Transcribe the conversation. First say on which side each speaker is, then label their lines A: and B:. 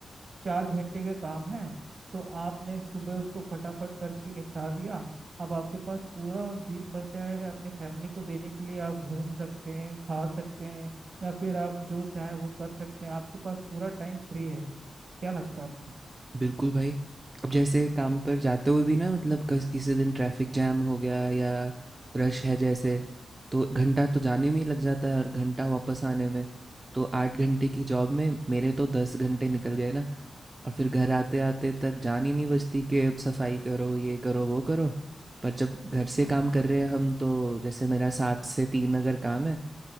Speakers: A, on the right; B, on the right.
A: चार घंटे का काम है तो आपने सुबह उसको फटाफट करके निपटा दिया अब आपके पास पूरा दिन बचा है अपनी फैमिली को देने के लिए आप घूम सकते हैं खा सकते हैं या फिर आप जो चाहे वो कर सकते हैं आपके पास पूरा टाइम फ्री है क्या लगता है आपको
B: बिल्कुल भाई अब जैसे काम पर जाते हुए भी ना मतलब कस- किसी दिन ट्रैफिक जैम हो गया या रश है जैसे तो घंटा तो जाने में ही लग जाता है और घंटा वापस आने में तो आठ घंटे की जॉब में मेरे तो दस घंटे निकल गए ना और फिर घर आते आते तक जान ही नहीं बचती कि अब सफाई करो ये करो वो करो पर जब घर से काम कर रहे हैं हम तो जैसे मेरा सात से तीन अगर काम है